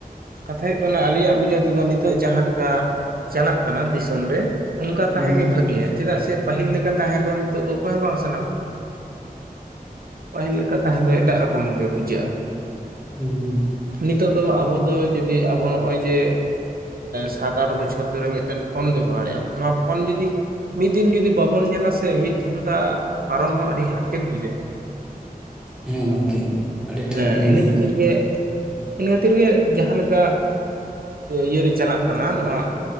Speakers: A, on the right (about 70°); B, in the centre.
A: ᱠᱟᱛᱷᱟ ᱦᱩᱭᱩᱜ ᱠᱟᱱᱟ ᱟᱹᱞᱤᱧᱟᱜ ᱵᱩᱡᱷᱟᱹᱣ ᱛᱮᱫᱚ ᱱᱤᱛᱚᱜ ᱡᱟᱦᱟᱸ ᱞᱮᱠᱟ ᱪᱟᱞᱟᱜ ᱠᱟᱱᱟ ᱫᱤᱥᱚᱢ ᱨᱮ ᱚᱱᱠᱟ
B: ᱦᱮᱸ
A: ᱛᱟᱦᱮᱸᱜ
B: ᱦᱮᱸ
A: ᱜᱮ ᱵᱷᱟᱹᱜᱤᱭᱟ ᱪᱮᱫᱟᱜ ᱥᱮ ᱯᱟᱹᱦᱤᱞ ᱞᱮᱠᱟ ᱛᱟᱦᱮᱸ ᱫᱚ ᱱᱤᱛᱚᱜ ᱫᱚ ᱚᱠᱚᱭ ᱦᱚᱸ ᱵᱟᱝ ᱥᱟᱱᱟ ᱠᱚᱣᱟ ᱯᱟᱹᱦᱤᱞ ᱞᱮᱠᱟ
B: ᱦᱮᱸ ᱦᱩᱸ
A: ᱛᱟᱦᱮᱱ ᱫᱚ ᱮᱴᱟᱜ ᱨᱚᱠᱚᱢ ᱜᱮ ᱵᱩᱡᱷᱟᱹᱜᱼᱟ᱾
B: ᱦᱩᱸ ᱦᱩᱸ ᱦᱩᱸ
A: ᱱᱤᱛᱚᱜ ᱫᱚ ᱟᱵᱚ ᱫᱚ ᱡᱩᱫᱤ ᱟᱵᱚ ᱱᱚᱜᱼᱚᱭ ᱡᱮ ᱥᱟᱛ ᱟᱴ ᱵᱚᱪᱷᱚᱨ ᱫᱷᱚᱨᱮ ᱢᱤᱫᱴᱮᱱ ᱯᱷᱳᱱ ᱵᱮᱵᱚᱦᱟᱨᱮᱜᱼᱟ ᱵᱚᱱ ᱱᱚᱣᱟ ᱯᱷᱳᱱ ᱡᱩᱫᱤ ᱢᱤᱫ ᱫᱤᱱ ᱡᱩᱫᱤ ᱵᱟᱵᱚᱱ ᱧᱮᱞᱟ ᱥᱮ ᱢᱤᱫ ᱜᱷᱚᱱᱴᱟ ᱯᱟᱨᱚᱢ ᱦᱚᱸ ᱟᱹᱰᱤ ᱦᱟᱨᱠᱮᱛ ᱵᱩᱡᱟ
B: ᱦᱮᱸ ᱜᱚᱝᱠᱮ ᱦᱮᱸ ᱟᱹᱰᱤ ᱴᱷᱤᱠ
A: ᱦᱮᱸ
B: ᱵᱤᱱ
A: ᱤᱱᱟᱹ
B: ᱞᱟᱹᱭ
A: ᱠᱷᱟᱹᱛᱤᱨ
B: ᱠᱟᱜᱼᱟ
A: ᱜᱮ ᱤᱱᱟᱹ ᱠᱷᱟᱹᱛᱤᱨ ᱜᱮ ᱡᱟᱦᱟᱸᱞᱮᱠᱟ ᱤᱭᱟᱹᱨᱮ ᱪᱟᱞᱟᱜ ᱠᱟᱱᱟ ᱱᱚᱣᱟ